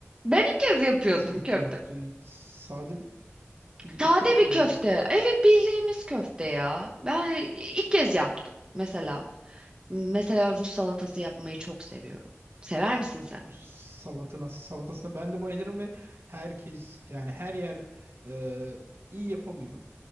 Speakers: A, on the right; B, on the right.
A: Ben ilk kez yapıyordum
B: Nasıl bir
A: köfte.
B: köfte? Sade bir bildiğimiz
A: Sade
B: köfte
A: bir
B: mi?
A: köfte. Evet bildiğimiz köfte ya. Ben hani, ilk kez yaptım mesela. Mesela Rus salatası yapmayı çok seviyorum. Sever misin sen?
B: Rus salatına, salatasına ben de bayılırım ve herkes yani her yer e, iyi yapamıyor.